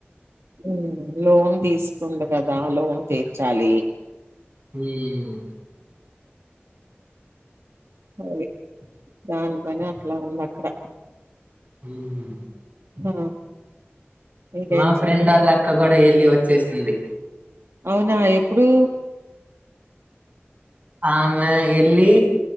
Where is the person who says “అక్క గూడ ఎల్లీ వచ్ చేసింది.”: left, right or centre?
Right